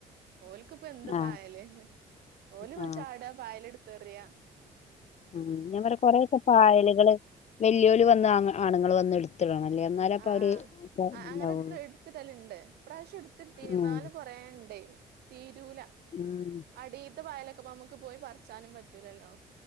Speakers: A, on the right (about 70°); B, on the left (about 40°).
A: ഓൽക്ക്‌പ്പോ എന്ത്‌
B: ആ
A: പായല് ഓല്
B: ആ
A: ചാടാ പായലെ <unintelligible>
B: ഉം ഞാ പറ കൊറെയൊക്കെ പായലുകള് വല്യോര് വന്ന് ആണുങ്ങള് വന്ന് എടുത്തിടണം അല്ലേ എന്നാലേ അപ്പൊ
A: ആ
B: അവര് ഇപ്പ
A: ആ
B: ഇണ്ടാവുള്ളൂ
A: അങ്ങനെ ഇട്ത്ത്ടല്ണ്ട് ഇപ്രാവശ്യം ഇട്ത്ത്ട്ടീനന്നാലും
B: ഉം
A: കൊറെണ്ട് <unintelligible> <unintelligible>
B: ഉം
A: ത്തെ പായലൊക്കെ പ്പം മ്മക്ക് പോയി പറച്ചാനും പറ്റൂലല്ലോ